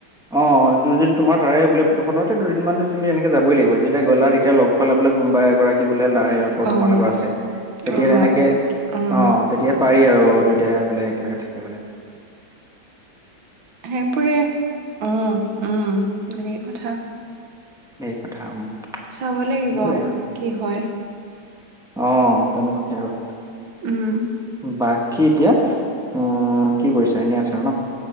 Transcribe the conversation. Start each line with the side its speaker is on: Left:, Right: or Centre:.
Centre: অঁ, যদি তোমাৰ তাৰে বোলে পুথখনতে দুদিনমানতো তুমি এনেকে যাবই লাগিব। যেতিয়া গ'লা তেতিয়া লগ পালা বোলে কোনোবা এগৰাকী বোলে লাইৰ
Right: অ',
Centre: তোমাৰ লগৰ আছে। তেতিয়া
Right: ৰুমত
Centre: তেনেকে,
Right: উম
Centre: অ' তেতিয়া পাৰি আৰু দুইটাই বোলে একেলগে থাকিবলে।
Right: সেইবোৰে অ' উম, ধেৰ কথা।
Centre: সেই কথা উম,
Right: চাব লাগিব,
Centre: সেইবোৰে
Right: কি হয়?
Centre: অ', তেনেকুৱাকে আৰু।
Right: উম।
Centre: বাকী এতিয়া উম, কি কৰিছা? এনেই আছা আৰু ন?